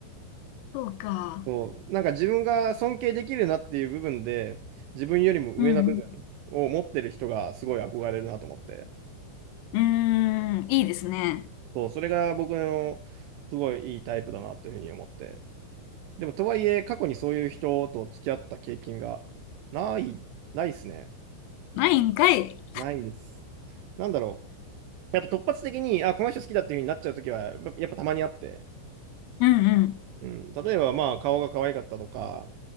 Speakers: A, on the left; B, on the right.
A: そうか。
B: そうなんか自分が尊敬できるなっていう部分で、自分よりも上な部分を持ってる人がすごい憧れるなと思って、
A: うん。うん。うーん、いいですね。
B: そう、それが僕のすごいいいタイプだなというふうに思って。でも、とはいえ、過去にそういう人と付き合った経験がない、ないですね。
A: ないんかい。
B: ないんです。なんだろう。やっぱ突発的に、あ、この人好きだっていう風になっちゃうときは、やっぱやっぱたまにあって。
A: うんうん。
B: うん。例えば、まあ、顔が可愛かったとか、